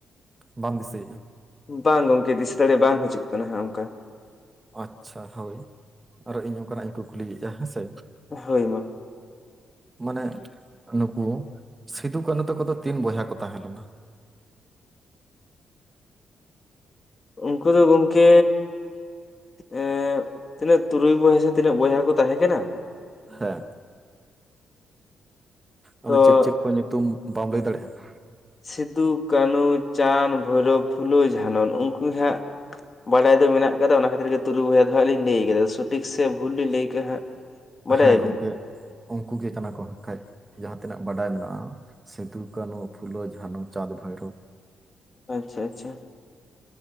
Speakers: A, on the right; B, on the left.
A: ᱵᱟᱢ ᱫᱤᱥᱟᱹᱭᱮᱫᱼᱟ᱾
B: ᱵᱟᱝ ᱜᱚᱢᱠᱮ ᱫᱤᱥᱟᱹ ᱫᱟᱲᱮ ᱵᱟᱝ ᱦᱤᱡᱩᱜ ᱠᱟᱱᱟ ᱦᱟᱸᱜ ᱚᱱᱠᱟ᱾
A: ᱟᱪᱪᱷᱟ ᱦᱳᱭ ᱟᱨᱚ ᱤᱧ ᱚᱱᱠᱟᱱᱟᱜ ᱤᱧ ᱠᱩᱠᱞᱤᱭᱮᱫᱼᱟ ᱦᱮᱸᱥᱮ᱾
B: ᱦᱳᱭ ᱢᱟ᱾
A: ᱢᱟᱱᱮ ᱱᱩᱠᱩ ᱥᱤᱫᱩ ᱠᱟᱹᱱᱦᱩ ᱛᱟᱠᱚᱫᱚ ᱛᱤᱱ ᱵᱚᱭᱦᱟ ᱠᱚ ᱛᱟᱦᱮᱸᱞᱮᱱᱟ?
B: ᱩᱱᱠᱩ ᱫᱚ ᱜᱚᱢᱠᱮᱼᱼ ᱮᱸ ᱛᱤᱱᱟᱹᱜ ᱛᱩᱨᱩᱭ ᱵᱚᱭᱦᱟ ᱥᱮ ᱛᱤᱱᱟᱹᱜ ᱵᱚᱭᱦᱟ ᱠᱚ ᱛᱟᱦᱮᱸ ᱠᱟᱱᱟ᱾
A: ᱦᱮᱸ ᱟᱫᱚ
B: ᱛᱚ
A: ᱪᱮᱫ ᱪᱮᱫ ᱠᱚ ᱧᱩᱛᱩᱢ ᱵᱟᱢ ᱞᱟᱹᱭ ᱫᱟᱲᱮᱭᱟᱜᱼᱟ?
B: ᱥᱤᱫᱩ, ᱠᱟᱹᱱᱩ, ᱪᱟᱸᱫᱽ, ᱵᱷᱳᱭᱨᱵᱽ, ᱯᱷᱩᱞᱳ, ᱡᱷᱟᱱᱚᱱ ᱱᱩᱜᱼᱠᱩ ᱜᱮ ᱦᱟᱸᱜᱼᱼ ᱵᱟᱰᱟᱭ ᱫᱚ ᱢᱮᱱᱟᱜ ᱠᱟᱫᱟ᱾ ᱚᱱᱟ ᱠᱷᱟᱹᱛᱤᱨ ᱜᱮ ᱛᱩᱨᱩᱭ ᱵᱚᱭᱦᱟ ᱫᱚ ᱦᱟᱸᱜ ᱞᱤᱧ ᱞᱟᱹᱭ ᱠᱟᱫᱟ᱾ ᱥᱚᱴᱷᱤᱠ ᱥᱮ ᱵᱷᱩᱞ ᱞᱤᱧ ᱞᱟᱹᱭ ᱠᱟᱸᱜ ᱦᱟᱸᱜ᱾ ᱵᱟᱰᱟᱭᱟᱵᱤᱱ
A: ᱦᱮᱸ ᱜᱚᱢᱠᱮ ᱩᱱᱠᱩ ᱜᱮ ᱠᱟᱱᱟ ᱠᱚ᱾ ᱠᱷᱟᱡᱽ ᱡᱟᱦᱟᱸ ᱛᱤᱱᱟᱹᱜ ᱵᱟᱰᱟᱭ ᱢᱮᱱᱟᱜᱼᱟ᱾ ᱥᱤᱫᱩ, ᱠᱟᱱᱦᱩ, ᱯᱷᱩᱞᱳ, ᱡᱷᱟᱱᱳ, ᱪᱟᱸᱫᱽ, ᱵᱷᱟᱭᱨᱳᱵᱷ,
B: ᱟᱪᱪᱷᱟ ᱟᱪᱪᱷᱟ᱾